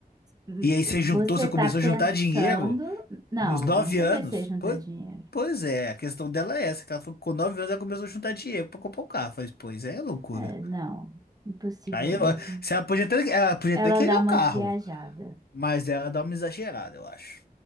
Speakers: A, on the right; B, on the left.
A: Hum,
B: E aí você
A: Você
B: juntou, você começou
A: tá pensando.
B: a juntar dinheiro
A: Não,
B: nos 9
A: não comecei
B: anos?
A: a juntar
B: Pois,
A: dinheiro.
B: pois é, a questão dela é essa, que ela falou que com 9 anos ela começou a juntar dinheiro pra comprar um carro. Eu Falei, pois é, loucura.
A: É, não, impossível
B: Aí eu,
A: mesmo.
B: se ela podia até, ela podia
A: Ela
B: até querer
A: dá
B: o
A: umas
B: carro,
A: viajadas.
B: mas ela dá uma exagerada, eu acho.